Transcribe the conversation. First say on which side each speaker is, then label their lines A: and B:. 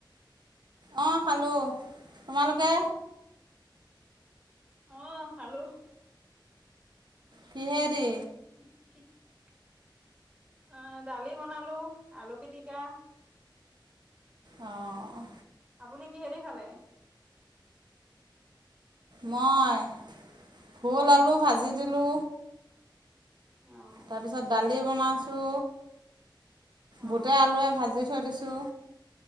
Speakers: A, on the right; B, on the right.
A: অ' খালোঁ। তোমালোকে?
B: অ' খালোঁ।
A: কিহেদি?
B: <unintelligible> অ' দালি বনালো, আলু পিটিকা।
A: অ'।
B: আপুনি কিহেদি খালে?
A: মই! ভোল
B: উম,
A: আলু ভাজি দিলো।
B: অ',
A: তাৰপিছত দালি বনাইছো।
B: অ',
A: বুটে আলুৱে ভাজি থৈ দিছোঁ।